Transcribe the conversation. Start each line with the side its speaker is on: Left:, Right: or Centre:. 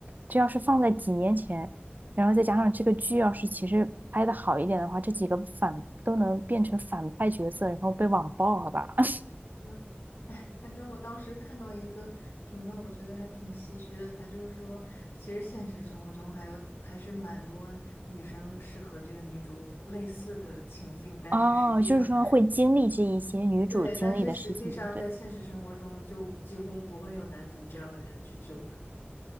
Right: 这要是放在几年前，然后再加上这个剧要是其实拍的好一点的话，这几个反都能变成反派角色，然后被网暴，好吧？<laughs>
Left: 嗯，哎，反正我当时看到一个评论，我觉得还挺唏嘘的。他就是说，其实现实生活中还有还是蛮多女生是和这个女主类似的情境，但是实际上，
Right: 哦，就是说会经历这一些女主经历的事情，
Left: 对，但是实际上在现实生活中就几乎不会有男主这样的人去救他们。
Right: 对不对？